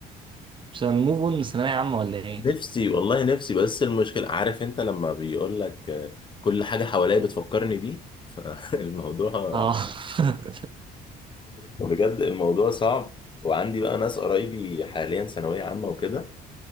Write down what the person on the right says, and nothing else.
مش هنموف اون من ثانويه عامه ولا ايه
اه <laughs>